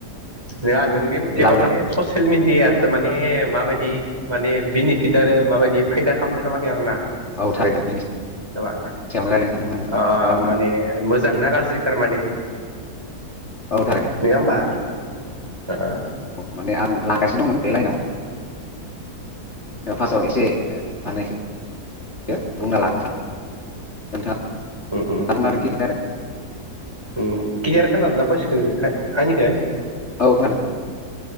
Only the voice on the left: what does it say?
लाबोनो
हादों
औ थारैनो बेनि
सायावनो रायलायनो सानदोंमोन
आङो
आङो
औ थारैनो
अ माने आं लांगासिनो दंमोन बे लाइनाव। ओ फार्स्टआव एसे मा होनो एखौ बुंना <unintelligible>
नोंथां। <unintelligible>
औ खोनादों